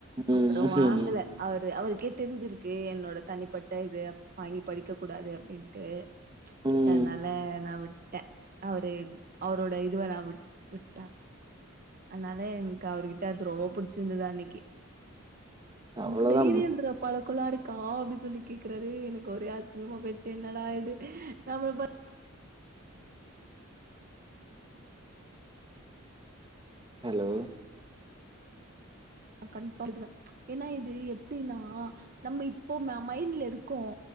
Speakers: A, on the right; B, on the right.
A: ம்
B: அப்புறம் வாங்கல அவரு அவரு அக்கே தெரிஞ்சிருக்கு என்னோட தனிப்பட்ட இத வாங்கி படிக்க கூடாது அப்படின்னு ட்டு
A: ம்
B: ச்ச அதனாலே நா விட் விட்டேன் அவரு அவரோட இதுவ நான் வி விட்டேன் அதனால எனக்கு அவருர்கிட்ட அது ரொம்ப புிடிச்சிருந்தது அன்னைக்கு
A: அவ்ளோதா
B: உனக்கு டையரியழுதுர பழ <unintelligible> அப்டின்னு சொல்லி கேக்குறாரு எனக்கு ஒரே ஆசிங்கமா போச்சு என்னடா இது நம்ம ப
A: ஹலோ
B: அ கன்ஃபார்ம் இதுவ என்னா இது அப்டினா நம்ம இப்போ மைண்ட்ல இருக்கோம்